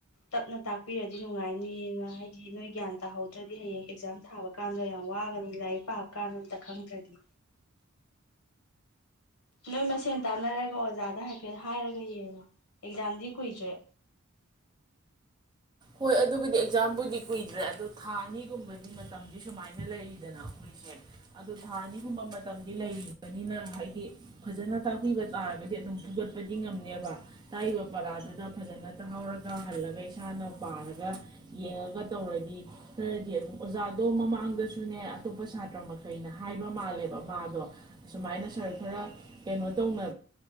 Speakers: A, on the left; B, on the right.
A: ꯇꯞꯅ ꯇꯥꯛꯄꯤꯔꯗꯤ ꯅꯨꯡꯉꯥꯏꯅꯦꯅ ꯍꯥꯏꯗꯤ ꯅꯣꯏ ꯒ꯭ꯌꯥꯟ ꯇꯥꯍꯧꯗ꯭ꯔꯗꯤ ꯍꯌꯦꯡ ꯑꯦꯛꯖꯥꯝ ꯊꯥꯕ ꯀꯥꯟꯗ ꯌꯥꯝ ꯋꯥꯒꯅꯤ ꯂꯥꯏꯔꯤꯛ ꯄꯥꯕ ꯀꯥꯟꯗ ꯑꯝ ꯈꯪꯗ꯭ꯔꯗꯤ ꯅꯣꯏ ꯃꯁꯦꯟ ꯇꯥꯟꯅꯔꯒ ꯑꯣꯖꯥꯗ ꯍꯥꯏꯐꯦꯠ ꯍꯥꯏꯔꯒ ꯌꯦꯡꯉꯣ ꯑꯦꯛꯖꯥꯝꯗꯤ ꯀꯨꯏꯗ꯭ꯔꯦ
B: ꯍꯣꯏ ꯑꯗꯨꯕꯨꯗꯤ ꯑꯦꯛꯖꯥꯝꯕꯨꯗꯤ ꯀꯨꯏꯗ꯭ꯔꯦ ꯑꯗꯣ ꯊꯥ ꯑꯅꯤꯒꯨꯝꯕꯗꯤ ꯃꯇꯝꯗꯤ ꯁꯨꯃꯥꯏꯅ ꯂꯩꯔꯤꯗꯅ ꯃꯈꯣꯏꯁꯦ ꯑꯗꯨ ꯊꯥ ꯑꯅꯤꯒꯨꯝꯕ ꯃꯇꯝꯗꯤ ꯂꯩꯔꯤꯕꯅꯤꯅ ꯍꯥꯏꯗꯤ ꯐꯖꯅ ꯇꯥꯛꯄꯤꯕ ꯇꯥꯔꯒꯗꯤ ꯑꯗꯨꯝ ꯐꯨꯒꯠꯄꯗꯤ ꯉꯝꯅꯦꯕ ꯇꯥꯛꯏꯕ ꯄꯔꯥꯗꯨꯗ ꯐꯖꯅ ꯇꯥꯍꯧꯔꯒ ꯍꯜꯂꯒ ꯏꯁꯥꯅ ꯄꯥꯔꯒ ꯌꯦꯡꯉꯒ ꯇꯧꯔꯗꯤ ꯈꯔꯗꯤ ꯑꯗꯨꯝ ꯑꯣꯖꯥꯗꯣ ꯃꯃꯥꯡꯗꯁꯨꯅꯦ ꯑꯇꯣꯞꯄ ꯁꯥꯇ꯭ꯔ ꯃꯈꯩꯅ ꯍꯥꯏꯕ ꯃꯥꯜꯂꯦꯕ ꯃꯥꯗꯣ ꯁꯨꯃꯥꯏꯅ ꯁꯥꯔ ꯈꯔ ꯀꯩꯅꯣ ꯇꯧꯅ